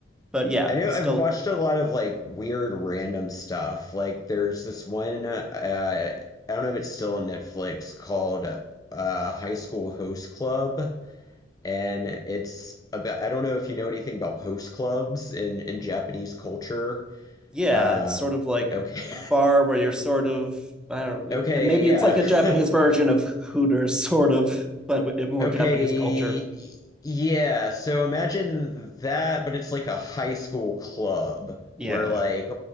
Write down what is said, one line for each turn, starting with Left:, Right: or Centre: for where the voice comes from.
Centre: but yeah,
Left: I know
Centre: it's
Left: I've
Centre: still
Left: watched a lot of like weird random stuff. Like there's this one uh, I don't know if it's still on Netflix called uh, High School Host Club, and it's about I don't know if you know anything about host clubs in in Japanese culture.
Centre: yeah,
Left: Uh,
Centre: it's sort of like
Left: okay,
Centre: a bar where you're sort of I don't know, it,
Left: <laughs>
Centre: it, maybe
Left: okay, yeah.
Centre: it's like a Japanese
Left: <laughs>
Centre: version of Hooters, sort of, but in more
Left: Okay,
Centre: Japanese culture.
Left: yeah. So imagine that, but it's like a high school club
Centre: Yeah.
Left: where like